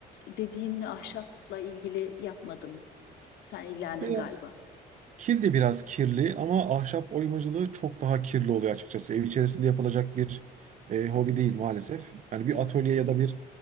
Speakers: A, on the left; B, on the right.
A: dediğin ahşapla ilgili yapmadım. Sen ilgilendin
B: biraz
A: galiba.
B: Kil de biraz kirli ama ahşap oymacılığı çok daha kirli oluyor açıkçası. Ev içerisinde yapılacak bir e, hobi değil maalesef. Hani bir
A: Hı
B: atölye
A: hı.
B: ya da bir